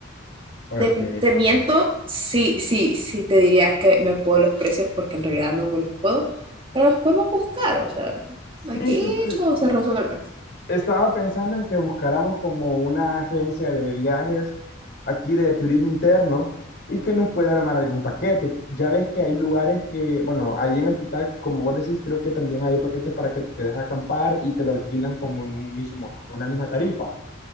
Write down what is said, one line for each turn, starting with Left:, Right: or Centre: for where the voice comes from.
Left: ok.
Right: Te, te miento, sí, sí, sí, te diría que me puedo los precios porque en realidad no me los puedo, pero los podemos buscar, o sea,
Left: Sí,
Right: aquí
Left: fíjate,
Right: todo se resuelve.
Left: Estaba pensando en que buscáramos como una agencia de viajes aquí de turismo interno y que nos pueda armar algún paquete. Ya ves que hay lugares que, bueno, ahí en el Pitar, como vos decís, creo que también hay paquetes para que te quedes a acampar y te lo alquilan como en un mismo, una misma tarifa.